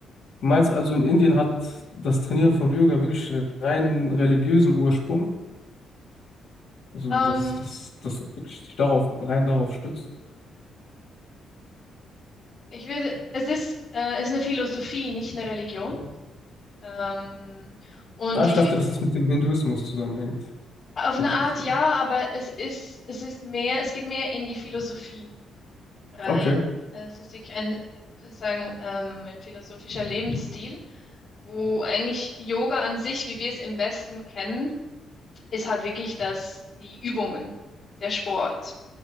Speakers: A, on the left (about 80°); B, on the left (about 65°).
A: Du meinst also, in Indien hat das Trainieren von Yoga wirklich rein religiösen Ursprung? Also,
B: Ähm,
A: dass das, das wirklich sich darauf, rein darauf stützt?
B: ich würde, es ist, äh, ist eine Philosophie, nicht eine Religion. Ähm, und
A: Ah,
B: die,
A: ich dachte,
B: Phi-
A: dass das mit dem Hinduismus zusammenhängt,
B: auf eine
A: hätte ich
B: Art
A: jetzt gedacht.
B: ja, aber es ist, es ist mehr, es geht mehr in die Philosophie rein.
A: Okay,
B: Es ist wirklich ein, sozusagen, ähm, ein philosophischer Lebensstil, wo eigentlich Yoga an sich, wie wir es im Westen kennen, ist halt wirklich das, die Übungen, der Sport.